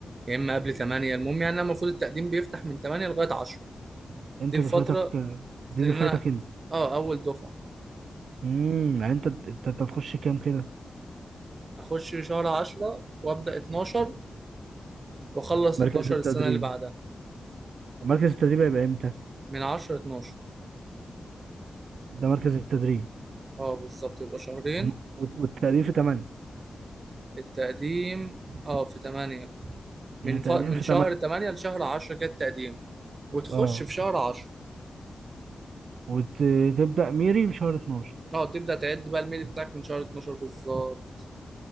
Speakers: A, on the right; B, on the right.
A: يا اما قبل 8 المهم يعني انا المفروض التقديم بيفتح من 8 لغايه 10
B: انت
A: دي الفتره
B: دفعتك دي
A: اللي
B: دفعتك
A: انا
B: انت
A: اه اول دفعه
B: امم يعني انت انت أنت هتخش كام كده
A: اخش شهر 10 وابدا 12 واخلص
B: مركز
A: 12
B: التدريب
A: السنه اللي بعدها
B: مركز التدريب هيبقى امتى
A: من 10 ل 12
B: ده مركز التدريب
A: اه بالظبط يبقى شهرين
B: أم- والت- والتقديم في 8
A: التقديم اه في 8 من
B: يعني تقديم
A: ف... من
B: في
A: شهر
B: 8
A: 8 لشهر 10 كده التقديم وتخش
B: اه
A: في شهر 10
B: وتبدأ ميري بشهر 12
A: اه تبدأ تعد بقى الميل بتاعك من شهر 12 بالظبط